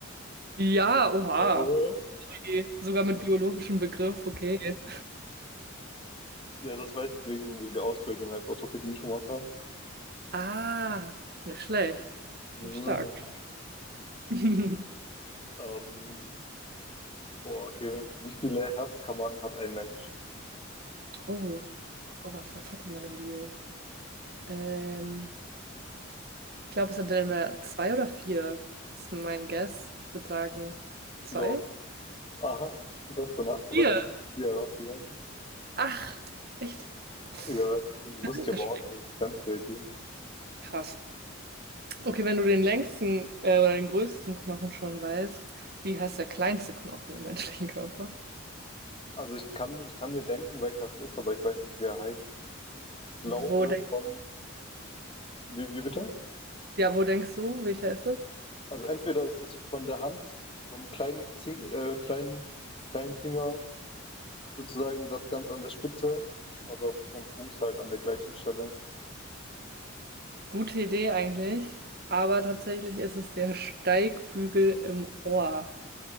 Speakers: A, on the right; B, on the left.
A: Ja, oha.
B: Ja.
A: Okay. Sogar mit biologischem Begriff, okay.
B: Ja, das weiß ich wegen, wegen der Ausbildung als Orthopädie-Schuhmacher.
A: Ah, nicht schlecht.
B: Mhm.
A: Das ist stark. <laughs>
B: Ähm, Boah, okay. Wie viele Herzkammern hat ein Mensch?
A: Oh, oh, warte, das hatte man im Bio. Ähm, ich glaube, es sind dann mehr zwei oder vier, ist mein Guess. Ich würde sagen, zwei.
B: Ja, aha, du hast danach verbessert.
A: vier,
B: Ja, vier.
A: Ach, echt? Oh,
B: Ja, wusste ich
A: Das
B: aber auch
A: ist echt
B: nicht. Das ist ganz crazy.
A: krass. Okay, wenn du den längsten äh, oder den größten Knochen schon weißt, wie heißt der kleinste Knochen im menschlichen Körper?
B: Also ich kann, ich kann mir denken, welcher es ist, aber ich weiß nicht, wer er heißt. Ich glaube
A: Wo denk
B: vom, wie, wie bitte?
A: ja, wo denkst du, welcher ist es?
B: Also entweder ist es von der Hand, vom kleinen, Zing, äh, kleinen, kleinen Finger, sozusagen das ganz an der Spitze, oder vom Fuß halt an der gleichen Stelle.
A: Gute Idee eigentlich, aber tatsächlich ist es der Steigbügel im Ohr.